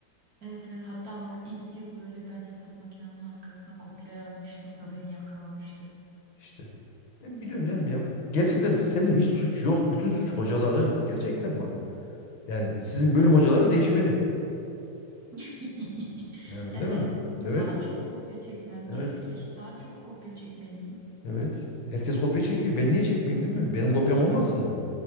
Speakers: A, on the right; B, on the left.
A: Evet evet hatta bak ilk yıl böyle ben hesap makinemin arkasına kopya yazmıştım da beni yakalamıştı.
B: İşte. Ben biliyorum canım ya. Bu- Gerçekten sende hiç suç yok. Bütün suç hocaların. Gerçekten bak. Yani sizin bölüm hocaları değişmeli.
A: <laughs>
B: Yani
A: Evet
B: değil mi? Evet.
A: daha çok kopya çekmem
B: Evet.
A: gerekir. Daha çok kopya çekmeliyim.
B: Evet. Herkes kopya çekiyor. Ben niye çekmeyeyim değil mi? Benim kopyam olmasın mı?